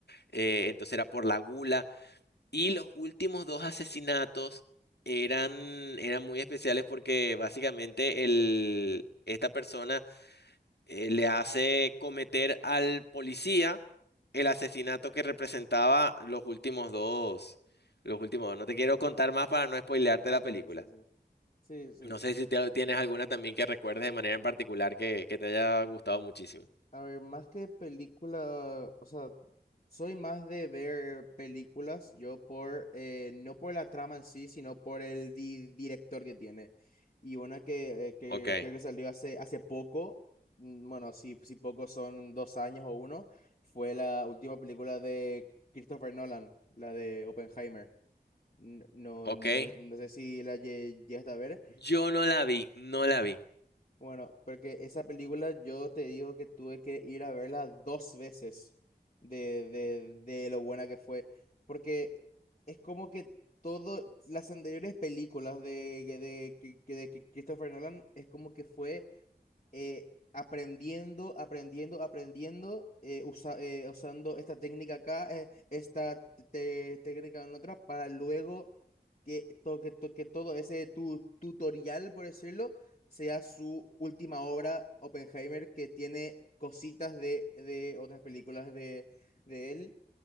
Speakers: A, on the left; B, on the left.
A: eh, entonces era por la gula. Y los últimos dos asesinatos eran, eran muy especiales porque básicamente el, esta persona eh, le hace cometer al policía el asesinato que representaba los últimos dos. Los últimos dos. No te quiero
B: mm.
A: contar más para no spoilearte
B: No,
A: la película.
B: también que sí, sí. Sí, sí.
A: No sé si te- tienes alguna también que recuerdes de manera en particular que, que te haya gustado muchísimo.
B: A ver, más que película, o sea, soy más de ver películas, yo por, eh, no por la trama en sí, sino por el di- director que tiene. Y una que, eh, que
A: Ok,
B: creo que salió hace, hace poco, mm, bueno, si, si poco son dos años o uno, fue la última película de Christopher Nolan, la de Oppenheimer. N- No,
A: ok.
B: no, no sé si la lle- llegaste a ver.
A: Yo no la vi, no la vi.
B: Bueno, porque esa película yo te digo que tuve que ir a verla dos veces de, de, de lo buena que fue, porque es como que todas las anteriores películas de, que- de, que- que- de que Christopher Nolan es como que fue eh, aprendiendo, aprendiendo, aprendiendo, eh, usa- eh, usando esta técnica acá, eh, esta te- técnica en otra, para luego que, to- que, to- que todo ese tu- tutorial, por decirlo, sea su última obra, Oppenheimer, que tiene cositas de, de otras películas de, de él.